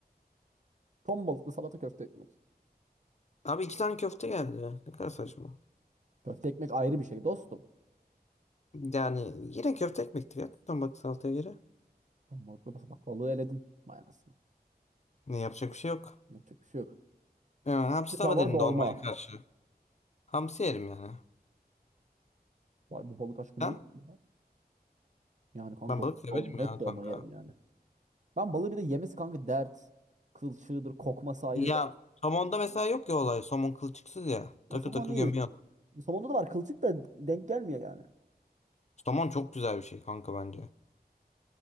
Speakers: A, on the right; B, on the left.
A: Ton balıklı salata köfte ekmek.
B: Abi iki tane köfte geldi. Ne kadar saçma.
A: Köfte ekmek ayrı bir şey dostum.
B: Yani yine köfte ekmektir ya. Tam bak salataya göre.
A: Ton balıklı bak bak balığı eledin. Vay anasını.
B: Ne yapacak bir şey yok.
A: Yapacak bir şey yok.
B: Yani,
A: Atlı
B: hamsi
A: Tava
B: tava derinde
A: dolma.
B: olmaya karşı. Hamsi yerim yani.
A: Vay bu balık aşkı
B: Ben,
A: neymiş ya? Yani kanka
B: ben
A: dol,
B: balık severim
A: dol, net
B: ya
A: dolma
B: kanka.
A: yerim yani. Ben balığı bir de yemesi kanka dert. Kılçığıdır, kokması ayrı
B: Ya
A: dert.
B: somonda mesela yok ya olay. Somon kılçıksız ya. Takır
A: Ya, somon'u
B: takır
A: iyi.
B: gömüyor.
A: Somon'da da var kılçık da denk gelmiyor yani.
B: Saman çok güzel bir şey kanka bence.